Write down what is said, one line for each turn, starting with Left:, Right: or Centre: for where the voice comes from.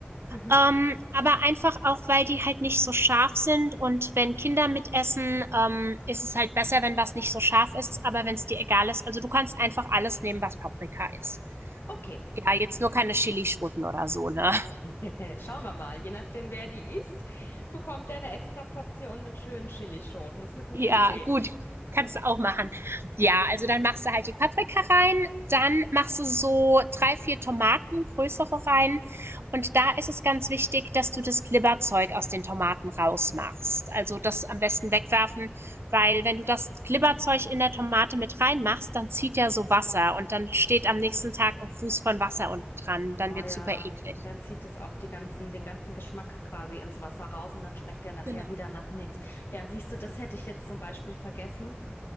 Left: Mhm.
Right: Ähm, aber einfach auch, weil die halt nicht so scharf sind. Und wenn Kinder mitessen, ähm, ist es halt besser, wenn was nicht so scharf ist. Aber wenn es dir egal ist, also du kannst einfach alles nehmen, was Paprika ist.
Left: Okay.
Right: Ja, jetzt nur keine Chili-Schwutten oder so, ne?
Left: <laughs> Schauen wir mal. Je nachdem, wer die isst, bekommt der eine extra Portion mit schönen Chilischoten. Das ist eine gute
Right: Ja,
Left: Idee.
Right: gut. Kannst du auch machen. Ja, also
Left: <laughs>
Right: dann machst du halt die Paprika rein, dann machst du so drei, vier Tomaten, größere rein. Und da ist es ganz wichtig, dass du das Glibberzeug aus den Tomaten rausmachst. Also das am besten wegwerfen, weil wenn du das Glibberzeug in der Tomate mit reinmachst, dann zieht ja so Wasser und dann steht am nächsten Tag ein Fuß von Wasser unten dran. Dann
Left: Oh
Right: wird
Left: ja,
Right: super eklig.
Left: und dann zieht es auch die ganzen, den ganzen Geschmack quasi ins Wasser raus und dann schmeckt der nachher
Right: Genau.
Left: wieder nach nichts. Ja, siehst du, das hätte ich jetzt zum Beispiel vergessen.